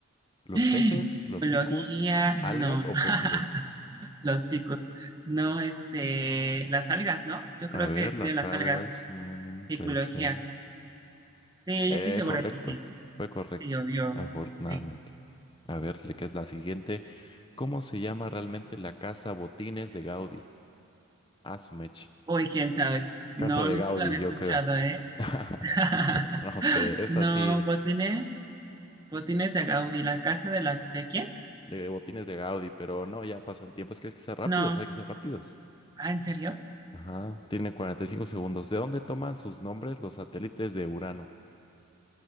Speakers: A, on the left (about 20°); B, on the right (about 20°).
A: ¿Los
B: <gasps>
A: peces, los
B: Ecología,
A: ficus,
B: no,
A: algas o fósiles?
B: <laughs> los ficus, no, este, las algas, ¿no? Yo creo
A: A ver,
B: que estudia
A: las
B: las
A: algas.
B: algas,
A: mm, puede
B: ecología.
A: ser.
B: Sí,
A: Eh,
B: yo estoy segura
A: correcto.
B: que sí.
A: Fue correcto,
B: Sí, obvio.
A: afortunadamente.
B: Sí.
A: A ver, ¿le ¿qué es la siguiente? ¿Cómo se llama realmente la casa Botines de Gaudí? Ah, su mecha.
B: Uy, quién sabe. No,
A: Casa de
B: nunca
A: Gaudí,
B: lo había
A: yo
B: escuchado,
A: creo.
B: ¿eh?
A: <laughs>
B: <laughs>
A: No sé, esta
B: No,
A: sí,
B: Botines. Botines de Gaudí. ¿La casa de la de quién?
A: de botines de Gaudí, pero no, ya pasó el tiempo. Es que hay que ser rápidos,
B: No.
A: hay que ser rápidos.
B: Ah, ¿en serio?
A: Ajá, tienen 45 segundos. ¿De dónde toman sus nombres los satélites de Urano?